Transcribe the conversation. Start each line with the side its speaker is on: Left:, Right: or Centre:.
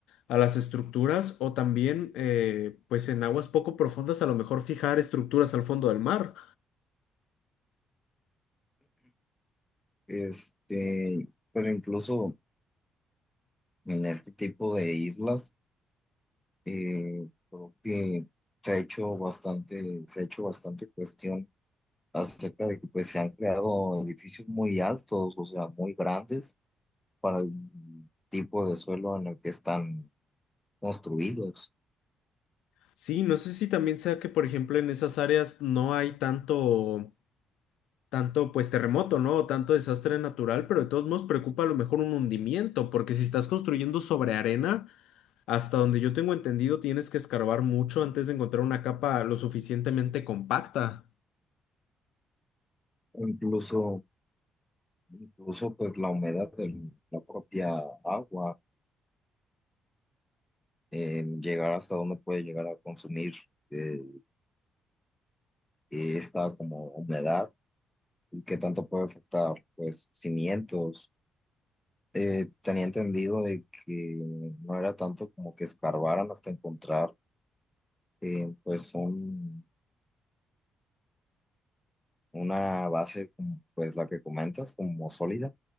Left: a las estructuras o también eh, pues en aguas poco profundas a lo mejor fijar estructuras al fondo del mar.
Centre: Este, pero incluso en este tipo de islas, eh, creo que se ha hecho bastante, se ha hecho bastante cuestión acerca de que pues se han creado edificios muy altos, o sea, muy grandes para el tipo de suelo en el que están construidos.
Left: Sí, no sé si también sea que, por ejemplo, en esas áreas no hay tanto, tanto, pues, terremoto, ¿no? O tanto desastre natural, pero de todos modos preocupa a lo mejor un hundimiento, porque si estás construyendo sobre arena, hasta donde yo tengo entendido, tienes que escarbar mucho antes de encontrar una capa lo suficientemente compacta.
Centre: Incluso, incluso pues la humedad de la propia agua, eh, llegar hasta donde puede llegar a consumir eh, esta como humedad y qué tanto puede afectar pues cimientos. Eh, tenía entendido de que no era tanto como que escarbaran hasta encontrar eh, pues un una base como pues la que comentas, como sólida,